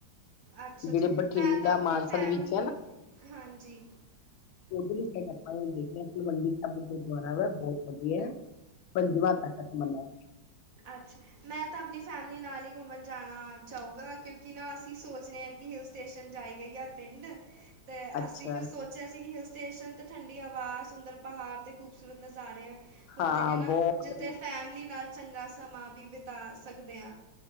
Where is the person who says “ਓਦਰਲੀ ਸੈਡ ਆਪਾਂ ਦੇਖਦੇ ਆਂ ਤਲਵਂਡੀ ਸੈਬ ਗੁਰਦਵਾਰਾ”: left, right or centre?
Left